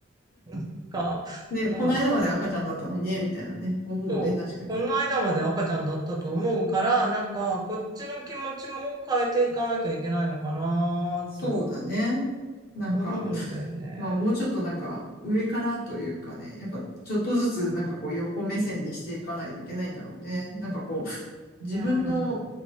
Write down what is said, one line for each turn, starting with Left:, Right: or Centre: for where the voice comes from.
Right: なんか、
Left: ね、この間まで赤ちゃんだったのにね、
Right: うん
Left: みたいなね。思うね、
Right: そう、
Left: 確かに。
Right: この間まで赤ちゃんだったと思うから、なんか、こっちの気持ちも変えていかなきゃいけないのかなと
Left: そうだね。なんか、
Right: 思うんだよね。
Left: まあもうちょっとなんか、上からというかね、やっぱちょっとずつなんかこう横目線にしていかないといけないんだろうね。なんかこう、自分の
Right: うん。